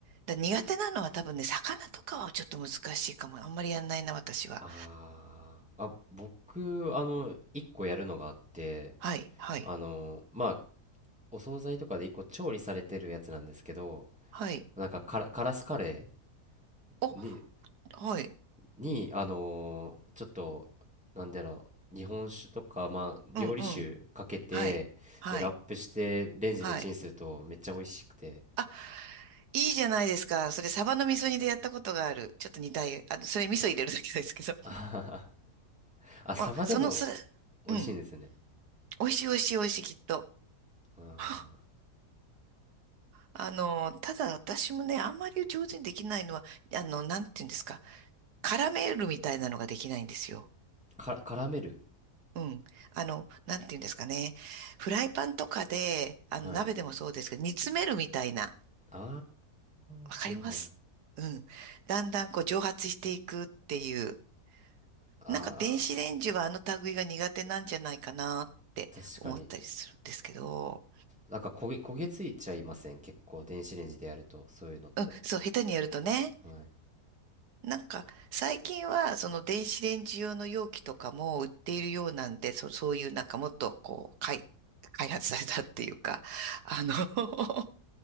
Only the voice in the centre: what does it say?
あーあ僕あの一個やるのがあって
あのまあお惣菜とかで一個調理されてるやつなんですけど、
なんかカラ、カラスカレ
ーに、
に、あのーちょっと、なんだろう、日本酒とか、まあ、料理酒かけて、
で、ラップして、レンジでチンするとめっちゃ美味しくて。
あははあ、サバでも
美味しいんですね。
あ
ーか、絡める。
はい。
あ
あ、はいはいはい。
ああ、
確かに。なんか焦げ、焦げついちゃいません。結構、電子レンジでやると、そういうのって。
はい。